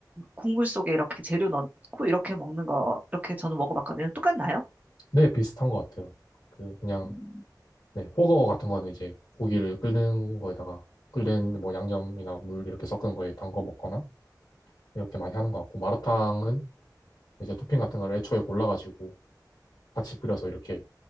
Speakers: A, on the right (about 20°); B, on the left (about 60°).
A: 국물 속에 이렇게 재료 넣고 이렇게 먹는 거, 이렇게 저는 먹어봤거든요. 똑같나요?
B: 네, 비슷한 것 같아요. 그, 그냥,
A: 음.
B: 네, 호거 같은 거는 이제 고기를 끓는 거에다가 끓는 뭐 양념이나 물 이렇게 섞은 거에 담궈 먹거나 이렇게 많이 하는 것 같고, 마라탕은 이제 토핑 같은 걸 애초에 골라가지고 같이 끓여서 이렇게